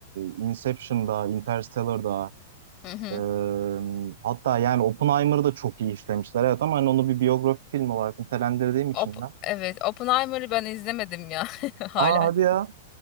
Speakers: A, on the right; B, on the left.
A: Inception'da, Interstellar'da
B: Hı hı.
A: e, hatta yani Oppenheimer'ı da çok iyi işlemişler. Evet ama hani onu bir biyografi filmi olarak nitelendirdiğim için
B: Op-
A: ben.
B: evet, Oppenheimer'ı ben izlemedim ya <laughs> halen.
A: Aa hadi ya.